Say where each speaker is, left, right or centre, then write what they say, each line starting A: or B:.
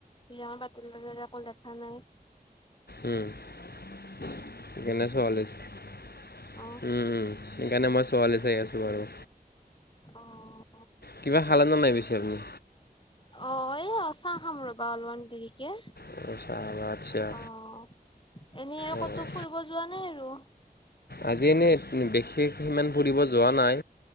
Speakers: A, on the left; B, on the left.
A: বিয়াৰ পাতিল একো দেখা নাই।
B: উম'। সেইকাৰণে ছোৱালী উম,
A: অ
B: উম সেইকাৰণে মই ছোৱালী চাই আছো। বাৰু।
A: অ', -অ'
B: কিবা খালে নে নাই পিছে আপুনি?
A: অ' এই চাহ খাম ৰবা অলমান দেৰিকে
B: অ', চাহ ভাত চাহ
A: অ' এনেই আৰু
B: অ',
A: ক'তো ফুৰিব যোৱা নাই আৰু।
B: আজি এনেই বিশেষ সিমান ফুৰিব যোৱা নাই।